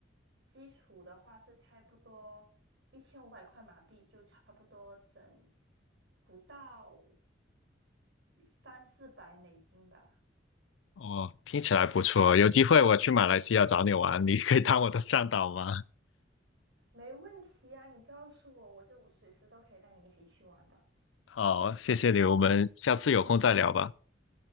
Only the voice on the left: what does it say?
哦，听起来不错，有机会我去马来西亚找你玩，你可以当我的向导吗？
好，谢谢你，我们下次有空再聊吧。